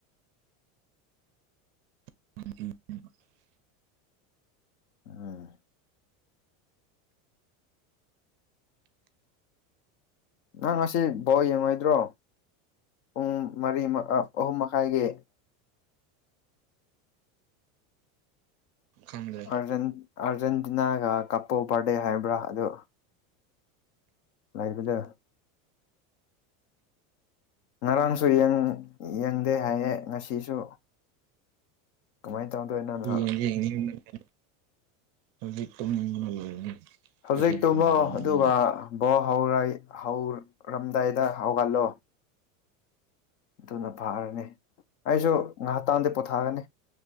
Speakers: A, on the right; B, on the left.
A: ꯑꯗꯨ
B: ꯎꯝ ꯅꯪ ꯉꯁꯤ ꯕꯣ ꯌꯦꯡꯂꯡꯉꯣꯏꯗ꯭ꯔꯣ ꯄꯨꯡ ꯃꯔꯤ ꯑꯍꯨꯝ ꯃꯈꯥꯏꯒꯤ
A: ꯈꯪꯗ꯭ꯔꯦ
B: ꯑꯥꯔꯖꯦꯟꯇꯤꯅꯥꯒ ꯀꯄꯣ ꯕꯥꯔꯗꯦ ꯍꯥꯏꯕ꯭ꯔꯥ ꯑꯗꯨ ꯂꯩꯥꯏꯕꯗ ꯉꯔꯥꯡꯁꯨ ꯌꯦꯡꯗꯦ ꯍꯥꯏꯌꯦꯦ ꯉꯁꯤꯁꯨ ꯀꯃꯥꯏꯅ ꯇꯧꯗꯣꯏ ꯏꯅꯥ ꯅꯍꯥꯛ
A: ꯌꯦꯡꯗꯤ ꯌꯦꯡꯅꯤꯡꯕꯅꯦ ꯍꯧꯖꯤꯛ ꯇꯨꯝꯅꯤꯡꯕꯅ ꯂꯣꯏꯔꯅꯤ ꯑꯥꯔꯖꯦꯟꯇꯤꯅꯥꯒꯤ
B: ꯍꯧꯖꯤꯛꯇꯨꯃ
A: ꯌꯦꯡꯅꯤꯡꯉꯥꯏ
B: ꯑꯗꯨꯒ ꯕꯣ ꯍꯧ ꯍꯧꯔꯝꯗꯥꯏꯗ ꯍꯧꯒꯠꯂꯣ ꯑꯗꯨꯅ ꯐꯥꯔꯅꯤ ꯑꯩꯁꯨ ꯉꯥꯏꯍꯥꯛꯇꯥꯟꯗꯤ ꯄꯣꯊꯥꯒꯅꯤ